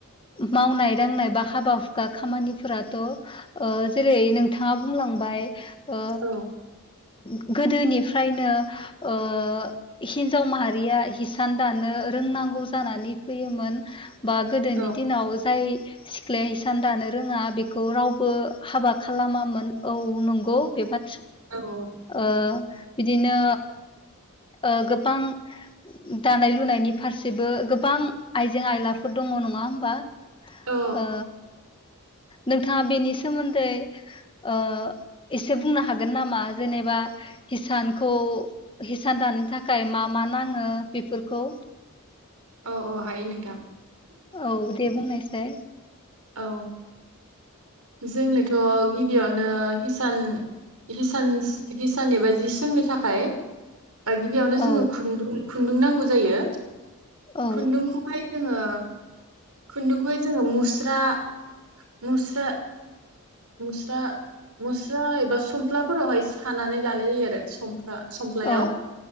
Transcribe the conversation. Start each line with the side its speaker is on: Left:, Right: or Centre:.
Left: मावनाय दांनाय बा हाबा हुखा खामानिफोराथ' ओ जेरै नोंथाङा बुंलांबाय ओ
Right: औ
Left: <inaudible> गोदोनिफ्रायनो ओ हिन्जाव माहारिया हिसान दानो रोंनांगौ जानानै फैयोमोन बा गोदोनि
Right: औ
Left: दिनाव जाय सिख्लाया हिसान दानो रोङा बेखौ रावबो हाबा खालामामोन औ नंगौ बेबा
Right: औ
Left: ओ बिदिनो ओ गोबां दानाय लुनायनि फारसेबो गोबां आइजें आयलाफोर दङ नङा होमबा?
Right: औ
Left: ओ नोंथाङा बेनि सोमोन्दै ओ एसे बुंनो हागोन नामा जेनेबा हिसानखौ हिसान दानो थाखाय मा मा नाङो बेफोरखौ
Right: औ औ हायो नोंथां।
Left: औ दे बुंनाय साय
Right: औ जोंनोथ' गिबियावनो हिसान हिसान हिसान एबा जि सोंनो थाखाय ओ गिबियावनो जोङो
Left: औ
Right: खुन्दुं खुन्दुं नांगौ जायो।
Left: औ
Right: खुन्दुंखौहाय जोङो खुन्दुंखौहाय जोङो मुस मुस्रा मुस्रा मुस्रा मुस्रा एबा सुमफ्लाफोरावहाय सानानै लानाय जायो आरो सुमफ्रा संफ्लायाव
Left: औ